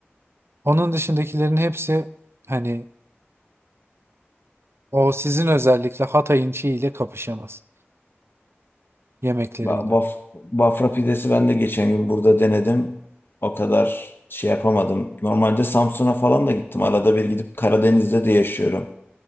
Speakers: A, on the right; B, on the left.
A: Onun dışındakilerin hepsi hani O sizin özellikle Hatay'ın şeyiyle kapışamaz. Yemekleriyle.
B: ba- baf, bafra pidesi ben de geçen gün burada denedim. O kadar şey yapamadım. Normalde Samsun'a falan da gittim. Arada bir gidip Karadeniz'de de yaşıyorum